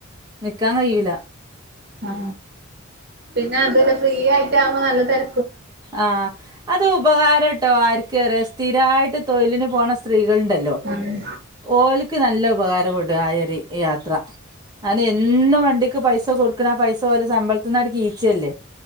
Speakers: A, on the right; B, on the right.
A: നിക്കാൻ കഴിയൂല
B: ആ പിന്നെ അതുമല്ല ഫ്രീയായിട്ട് ആവുമ്പോ നല്ല തര
A: ആഹ അത് ഉപകാരട്ടോ ആർക്കറിയോ സ്ഥിരായിട്ട് തൊഴിലിന് പോണ സ്ത്രീ <unintelligible> ണ്ടല്ലോ
B: ആഹ്
A: ഓൽക്ക് നല്ല ഉപകാരപെടും ആയറി യാത്ര അന എന്നും വണ്ടിക്ക് പൈസ കൊടുക്കണ പൈസ ഓലെ ശമ്പളത്തിന്നാണ്ട് കിച്ചല്ലേ